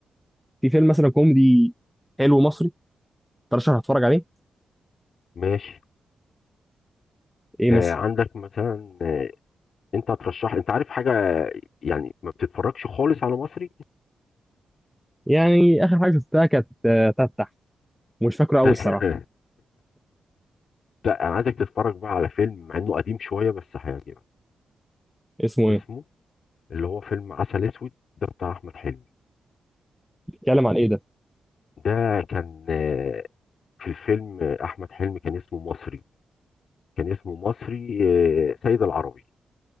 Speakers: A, in the centre; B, on the left.
A: في فيلم مثلا كوميدي حلو مصري ترشح هتفرج عليه
B: ماشي
A: ايه
B: آه
A: مثلا
B: عندك مثلا انت هترشح انت عارف حاجه يعني ما بتتفرجش خالص على مصري <laughs>
A: يعني اخر حاجه شفتها كانت آه، تفتح مش فاكره قوي
B: انت
A: الصراحه
B: لا انا عايزك تتفرج بقى على فيلم مع انه قديم شويه بس هيعجبك
A: اسمه
B: اسمه
A: ايه
B: اللي هو فيلم عسل اسود ده بتاع احمد حلمي
A: بيتكلم عن ايه ده
B: ده كان آه، في الفيلم آه، احمد حلمي كان اسمه مصري كان اسمه مصري آه، سيد العربي